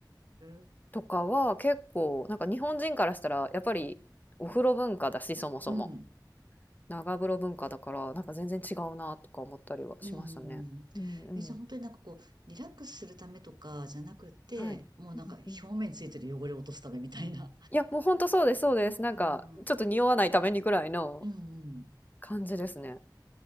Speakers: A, on the right (about 65°); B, on the left (about 20°).
A: え、
B: とかは結構なんか日本人からしたらやっぱりお風呂文化だしそもそも
A: うん、
B: 長風呂文化だからなんか全然違うなとか思ったりはしましたね。
A: うん。
B: うんうん
A: え、じゃあ本当になんかこう、リラックスするためとかじゃなくて、
B: はい。
A: もうなんか表面についてる汚れを落とすためみたいな。
B: うんうん。いや、もうほんとそうですそうです。
A: うん、
B: なんかちょっと匂わないためにくらいの
A: うん、うん。
B: 感じですね。